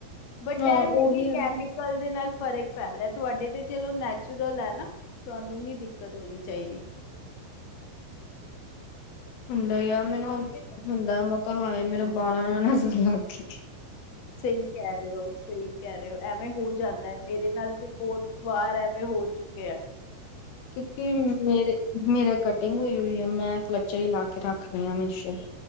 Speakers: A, on the left (about 55°); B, on the left (about 85°).
A: ਬਟ
B: ਹਾਂ
A: ਇਹ
B: ਉਹੀ
A: ਮੇਰੀ ਕੈਮੀਕਲ
B: ਹੈ ਨਾ।
A: ਦੇ ਨਾਲ ਫ਼ਰਕ ਪੈਂਦਾ ਤੁਹਾਡੇ ਤੇ ਚਲੋ ਨੈਚੁਰਲ ਹੈ ਨਾ ਤੁਹਾਨੂੰ ਨੀ ਦਿੱਕਤ ਆਣੀ ਚਾਹੀਦੀ।
B: ਹੁੰਦਾ ਹੀ ਯਾਰ ਮੈਨੂੰ ਹੁੰਦਾ ਮਕਾ ਹਏ ਮੇਰੇ ਬਾਲਾਂ ਨੂੰ ਨਜ਼ਰ ਲੱਗ ਗੀ।
A: ਸਹੀ ਕਹਿ ਰਹੇ ਹੋ, ਸਹੀ ਕਹਿ ਰਹੇ ਹੋ, ਐਵੇਂ ਹੋ ਜਾਂਦਾ। ਮੇਰੇ ਨਾਲ ਤੇ ਬਹੁਤ ਵਾਰ ਐਵੇਂ ਹੋ ਚੁਕਿਆ।
B: ਕਿਉਂਕਿ ਮੇਰੇ ਮੇਰਾ ਕਟਿੰਗ ਹੋਈ ਹੋਈ ਆ ਮੈਂ ਕਲਚਰ ਹੀ ਲਾ ਕੇ ਰੱਖਣੀ ਆ ਹਮੇਸ਼ਾ ਹੀ।